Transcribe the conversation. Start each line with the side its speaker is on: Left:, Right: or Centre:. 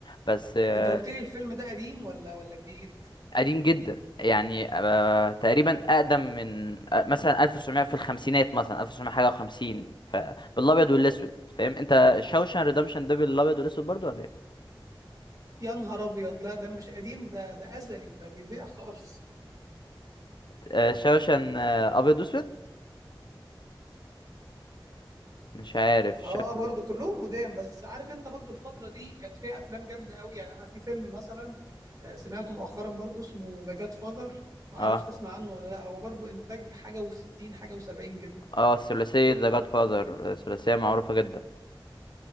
Left: بس آه،
Right: انت قلت لي الفيلم ده قديم ولا ولا جديد؟
Left: قديم جدا يعني آه، تقريبا اقدم من آه، مثلا 1900 في الخمسينات مثلا 1900 حاجه و50 فبالابيض والاسود فاهم انت شاوشان ريدمشن ده بالابيض والاسود برضو ولا إيه؟
Right: يا نهار ابيض لا ده مش قديم ده ده ازلي ده بيضيع خالص
Left: آه، شوشن آه، ابيض واسود مش عارف
Right: اه
Left: شكله
Right: برضو كلهم قدام بس عارف انت برضو الفترة دي كانت فيها افلام جامدة قوي يعني انا في فيلم مثلا آه، سمعته مؤخرا برضو اسمه ذا جاد فاذر ما
Left: اه
Right: اعرفش تسمع عنه ولا لا هو برضو انتاج حاجة و60 حاجة و70 كده
Left: اه الثلاثيه ذا جاد فاذر ثلاثيه معروفه جدا